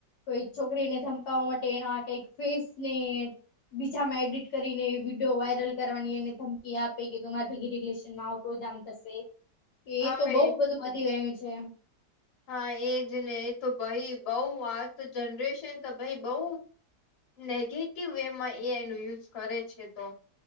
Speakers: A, on the left; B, on the left.
A: કોઈ છોકરીને ધમકાવવા માટે એનો કઈ ફેસને બીજામાં એડિટ કરીને એ વિડીયો વાયરલ કરવાની એને ધમકી આપે કે મારી ભગી રિલેશન માં આવ તો જ આમ થશે કે એ
B: હવે
A: તો બહુ બધું વધી ગયું છે.
B: હા એજ ને એ તો ભાઈ બઉ આ તો જનરેશન તો ભાઈ બઉ નેગેટિવ વે માં એ આઈ ન યુઝ કરે છે તો